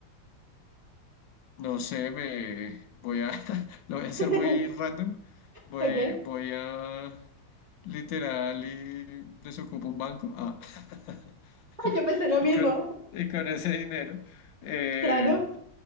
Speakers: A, on the left (about 75°); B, on the right (about 35°).
A: no sé, me voy a, <laughs> lo voy a
B: <laughs>
A: hacer muy random. Voy,
B: Ok.
A: voy a, literal, y desocupo un banco. Ah. <laughs>
B: <laughs> Yo pensé lo
A: Y
B: mismo,
A: con, y con ese dinero, eh,
B: <laughs> claro.